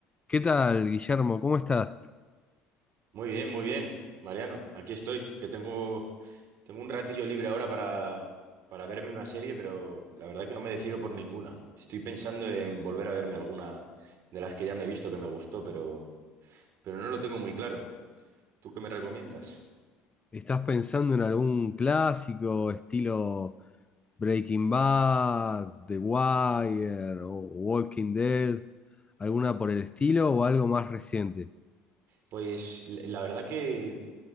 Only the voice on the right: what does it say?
Muy bien, muy bien, Mariano, aquí estoy, que tengo, tengo un ratillo libre ahora para, para verme una serie, pero la verdad que no me decido por ninguna. Estoy pensando en volver a verme alguna de las que ya me he visto que me gustó, pero, pero no lo tengo muy claro. ¿Tú qué me recomiendas?
Pues l- la verdad que